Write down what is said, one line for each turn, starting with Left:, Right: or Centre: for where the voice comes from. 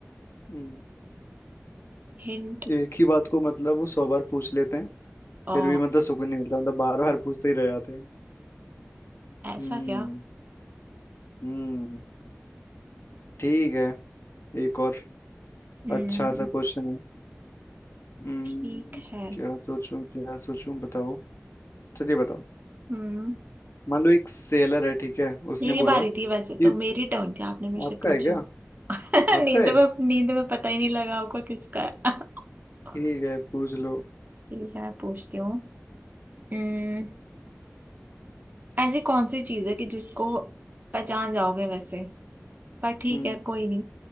Left: हम्म,
Right: हिंट
Left: एक ही बात को मतलब वो सौ बार पूछ लेते हैं
Right: ओ
Left: फिर भी मतलब सुकून नहीं मिलता मतलब बार बार पूछते ही रह जाते हैं
Right: ऐसा
Left: हम्म
Right: क्या
Left: हम्म ठीक है एक और
Right: हम्म
Left: अच्छा सा क्वेश्चन है हम्म
Right: ठीक है
Left: क्या सोचूं क्या सोचूं बताओ चलिए बताओ
Right: हम्म
Left: मान लो एक सेलर है ठीक है उसने
Right: मेरी
Left: बोला
Right: बारी
Left: कि
Right: थी वैसे तो मेरी टर्न थी आपने मेरे
Left: आपका
Right: से पूछा
Left: है क्या
Right: <laughs>
Left: आपका
Right: नींद
Left: है
Right: में नींद में पता ही नहीं लगा आपको किसका है
Left: ठीक
Right: <laughs>
Left: है पूछ लो
Right: ठीक है मैं पूछती हूँ हम्म, ऐसी कौन सी चीज है कि जिसको पहचान जाओगे वैसे पर ठीक
Left: हम्म
Right: है कोई नहीं